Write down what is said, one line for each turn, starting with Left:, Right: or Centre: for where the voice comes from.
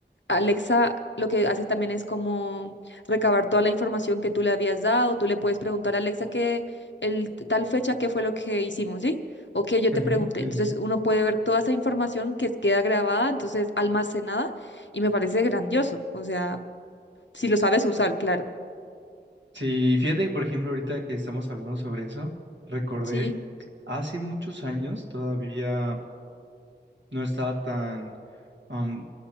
Left: Alexa lo que hace también es como recabar toda la información que tú le habías dado. Tú le puedes preguntar a Alexa que el t- tal fecha qué fue lo que hicimos, ¿sí? O que yo te
Right: Ujú.
Left: pregunté.
Right: Sí,
Left: Entonces
Right: sí.
Left: uno puede ver toda esa información que queda grabada, entonces almacenada, y me parece grandioso. O sea, si lo sabes usar, claro.
Right: Sí, fíjate que, por ejemplo, ahorita que estamos hablando sobre eso, recordé
Left: Sí,
Right: hace muchos años todavía no estaba tan, am,